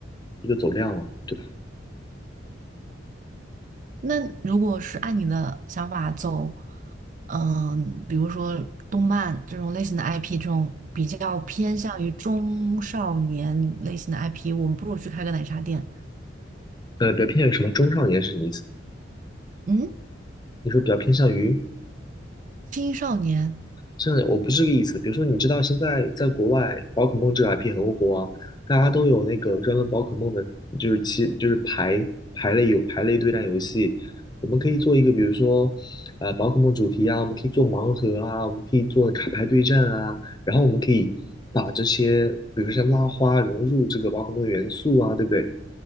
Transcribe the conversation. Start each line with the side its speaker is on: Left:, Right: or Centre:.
Left: 一个走量嘛，对吧？
Right: 那如果是按你的想法走，嗯，比如说动漫这种类型的 IP，这种比较偏向于中少年类型的 IP，我们不如去开个奶茶店。
Left: 呃，比较偏向于什么中上年是什么意思？
Right: 嗯，
Left: 你说比较偏向于？
Right: 青少年，
Left: 真的，我不是这个意思。比如说，你知道现在在国外，宝可梦这个 IP 很火啊，大家都有那个专门宝可梦的，就是其就是排排类有排类对战游戏。我们可以做一个，比如说，呃，宝可梦主题啊，我们可以做盲盒啊，我们可以做卡牌对战啊，然后我们可以把这些，比如说像拉花融入这个宝可梦的元素啊，对不对？